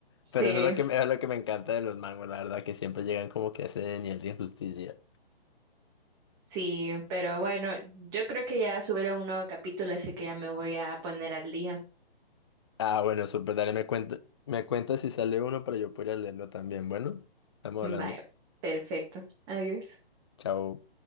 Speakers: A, on the left; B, on the right.
A: Pero
B: Sí,
A: eso es lo que me, es lo que me encanta de los mangos, la verdad, que siempre llegan como que a ese nivel de injusticia.
B: sí, pero bueno, yo creo que ya subieron un nuevo capítulo, así que ya me voy a poner al día.
A: Ah, bueno, súper, dale, me cuenta, me cuenta si sale uno para yo poder leerlo también. Bueno, estamos
B: Vaya,
A: hablando.
B: perfecto. Adiós.
A: Chao.